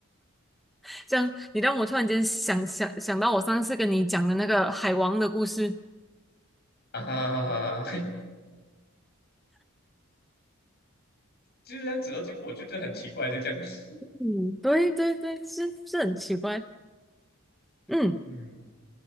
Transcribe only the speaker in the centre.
<laughs> 这样你让我突然间想想想到我上次跟你讲的那个海王的故事。
嗯，对对对，是是很奇怪。嗯，